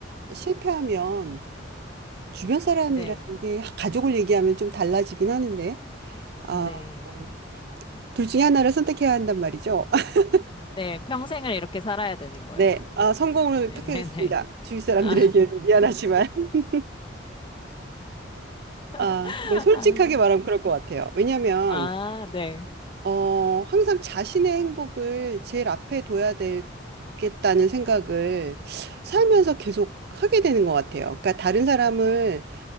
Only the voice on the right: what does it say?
실패하면 주변 사람이라는
게 가족을 얘기하면 좀 달라지긴 하는데 아,
어, 둘 중에 하나를 선택해야 한단 말이죠. <laughs>
네, 아, 성공을
택하겠습니다. 주위 사람들에게
미안하지만 <laughs> 아,
네, 솔직하게
말하면 그럴 것 같아요. 왜냐하면
어, 항상 자신의 행복을 제일 앞에 둬야 되겠다는 생각을 살면서 계속 하게 되는 것 같아요. 그러니까 다른 사람을